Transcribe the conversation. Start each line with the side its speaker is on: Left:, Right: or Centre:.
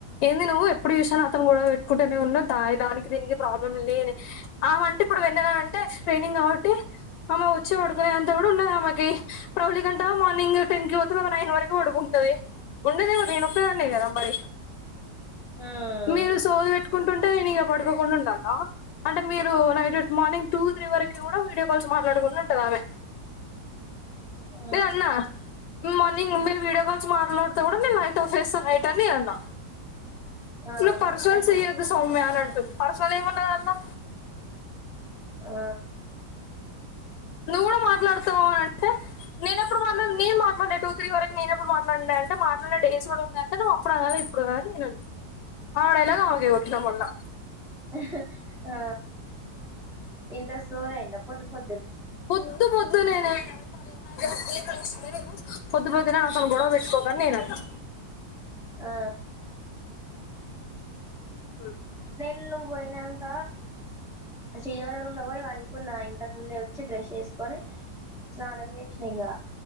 Left: ఏంది నువ్వు ఎప్పుడ్ చుసిన నాతోని గొడవ్ బెట్టుకుంటనే ఉన్నవు దా దానికి దీనికి ప్రాబ్లం లేని ఆమె అంటే ఇప్పుడు వెన్నల అంటే ట్రైనింగ్ కాబట్టి ఆమె వచ్చి పడ్కోలే అంత కూడా ఉన్నది ఆమెకి ప్రవళికంటవా మార్నింగ్ టెన్ కి పోతదా నైన్ వరకు పడుకుంటది ఉండదే ఎవరు నేను ఒక్కదానే కదా మరి
Centre: ఉమ్
Left: మీరు సోది పెట్టుకుంటుంట్ నేను ఇగ పడ్కోకుండా ఉండాలనా అంటే మీరు నైట్ మార్నింగ్ టూ త్రీ వరకు కూడా వీడియో కాల్స్ మాట్లాడుకుండా ఉంటది ఆమె
Centre: అ
Left: నేను అన్నా మార్నింగ్ మమ్మీ వీడియో కాల్స్ మాట్లాడ్తే కూడా నేన్ లై లైట్ ఆఫ్ చేస్తా నైట్ నేన్అన్న
Centre: ఆ
Left: నువ్
Centre: మంచి
Left: పర్సనల్స్
Centre: మంచి
Left: సియ్యద్దు సౌమ్య అని అం స్ పర్సనల్ ఎమ్ ఉంది అందులో
Centre: అ
Left: నువ్ గూడా మాట్లాడతావ్ అంటే నేనెప్పుడూ మాట్లాడ్న నీ మాట్లాడ్లే టూ త్రీ వరక్ నేనెప్పుడు మాట్లాడ్నా అంటే మాట్లాడే డేస్ కూడా ఉన్నాయ్ అంటే నువ్ అప్పుడు అనలి ఇప్పుడు గాదు అని నేన్అన్న ఆమె డైలాగ్ ఆమెకే కొట్నావ్ మొన్నా
Centre: ఇహ్ ఆ ఇంతా సోద అయింద అప్ పొద్దుపొ
Left: పొద్దుపొద్ ద్దు నే నే <unintelligible> నాతోన్ గొడవ బెట్టుకోకని నేన్ అన్నా
Centre: ఆ
Left: ఉ
Centre: ల్ నువ్వు పొయినంక శ్రీధర్ అన్న రూమ్లో పోయి పనుకున్న ఇంతక్ ముందే వచ్చి బ్రష్ చేస్కొని స్నానం చేసిన ఇంగా